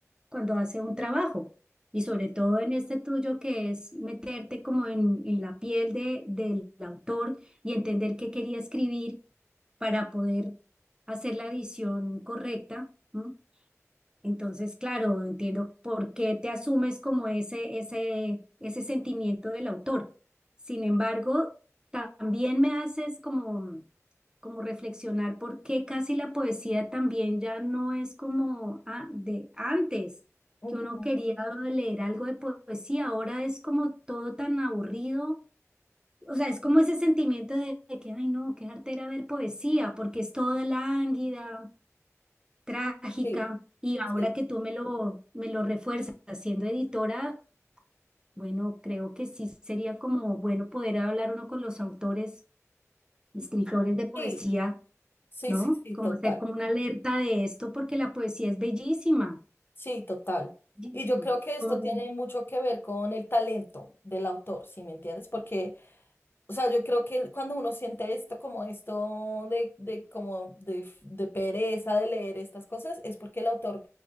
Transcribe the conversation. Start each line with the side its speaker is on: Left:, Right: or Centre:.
Right: cuando hace un trabajo. Y sobre todo en este tuyo que es meterte como en, en la piel de, del autor y entender qué quería escribir para poder hacer la edición correcta, ¿no? Entonces, claro, entiendo por qué te asumes como ese, ese, ese sentimiento del autor. Sin embargo, también me haces como, como reflexionar por qué casi la poesía también ya no es como a- de antes,
Left: Ujú,
Right: que uno quería leer algo de poesía, ahora es como todo tan aburrido. O sea, es como ese sentimiento de, de que, ay, no, qué arte era ver poesía, porque es toda lánguida trágica
Left: Sí,
Right: y
Left: sí,
Right: ahora que tú me lo, me lo refuerzas siendo editora, bueno, creo que sí sería como bueno poder hablar uno con los autores, escritores de poesía,
Left: sí, sí,
Right: ¿no?
Left: sí, sí,
Right: Como
Left: total,
Right: hacer como una alerta de esto porque la poesía es bellísima,
Left: sí, total.
Right: bellísima.
Left: Y yo creo que
Right: Son,
Left: esto tiene mucho que ver con el talento del autor, ¿sí me entiendes? Porque O sea, yo creo que cuando uno siente esto, como esto de, de, como de, f- de pereza de leer estas cosas, es porque el autor